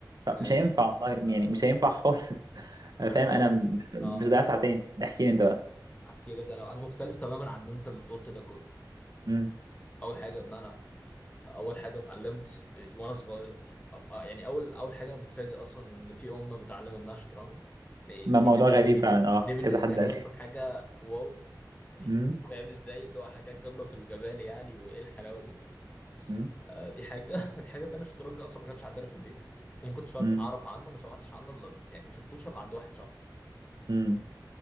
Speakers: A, on the left (about 20°); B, on the right (about 60°).
A: ايوه
B: مش هينفع والله
A: لا
B: يعني
A: لا
B: مش هينفع خالص <laughs>
A: احكي
B: فاهم انا
A: لك
B: م- مش
A: اه
B: ضايع اه ساعتين احكي لي انت بقى
A: احكي لك انا انا مختلف تماما عن اللي انت اللي قلت ده كله
B: امم
A: اول حاجة ان انا اول حاجه اتعلمت وانا صغير أ- أ- يعني اول اول حاجه انا متفاجئ اصلا ان في امه بتعلم ابنها شطرنج يعني
B: ما
A: دي
B: موضوع
A: بالنسبه
B: غريب فعلا اه
A: دي بالنسبه
B: كذا حد
A: لي
B: قال لي
A: اصلا حاجه واو يعني
B: امم
A: فاهم ازاي اللي هو حاجه قمه في الجمال يعني وايه الحلاوه دي
B: امم
A: آه دي حاجه <laughs> الحاجه التانيه الشطرنج اصلا ما كانش عندنا في البيت وما كنتش اعرف
B: امم
A: عنه ما سمعتش عنه الا يعني ما شفتوش الا عند واحد صاحبي
B: أمم.